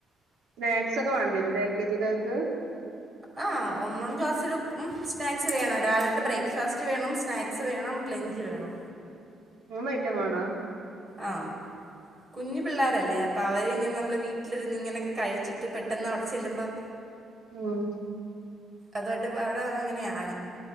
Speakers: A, on the right; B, on the right.
A: സ്നാക്സ് ഒക്ക മാണ്ടിരു ലെ എൽ കെ ജി ക്കാര്ക്ക്
B: ആ ഒന്നാം ക്ലാസ്സിൽ ക്കും. സ്നാക്സ് വേണ രാവിൽതെ ബ്രയ്ക്ക്ഫാസ്റ്റ് വേണം. സ്നാക്സ് വേണം ലെഞ്ച് വേണോ?
A: മൂന്ന ഐറ്റം വണ
B: ആ കുഞ്ഞു പിള്ളാരെല്ലേ അപ് പ വര്ങ്ങനെ ന്നമ്ള വീട്ട്ല്ര്ന്ന് ങ്ങനെക്കെ കഴിച്ചിട്ട് പെട്ടെന്ന് അവ്ടെ ചെല്ലുമ്പം
A: <unintelligible>
B: അതായ്ട്ട് പം അവ്ടെ അങ്ങനെയാണ്